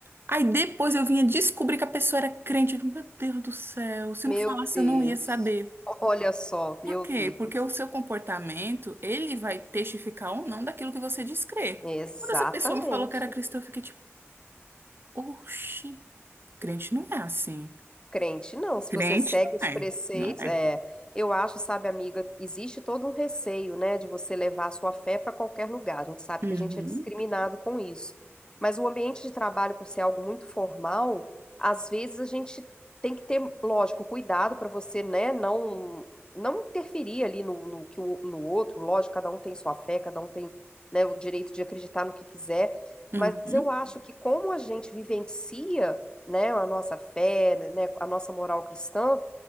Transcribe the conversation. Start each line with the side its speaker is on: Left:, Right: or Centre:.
Right: Aí depois eu vinha descobrir que a pessoa era crente, eu digo, meu Deus do céu, se
Left: Meu
Right: não falasse
Left: Deus.
Right: eu não ia saber.
Left: Olha só, meu
Right: Por quê?
Left: Deus.
Right: Porque o seu comportamento, ele vai testificar ou não daquilo que você diz crer.
Left: Exatamente.
Right: Quando essa pessoa me falou que era cristã, eu fiquei tipo, oxi, crente não é assim.
Left: crente, não. Se
Right: Crente
Left: você segue
Right: não
Left: os preceitos,
Right: é, não é.
Left: é, eu acho, sabe, amiga, existe todo um receio, né, de você levar a sua fé para qualquer lugar. A gente sabe
Right: Uhum,
Left: que a gente é discriminado com isso. Mas o ambiente de trabalho, por ser algo muito formal, às vezes a gente tem que ter, lógico, cuidado para você, né, não não interferir ali no, no que o, no outro. Lógico, cada um tem sua fé, cada um tem, né, o direito de acreditar no que quiser.
Right: uhum.
Left: Mas eu acho que como a gente vivencia né, a nossa fé, né, a nossa moral cristã,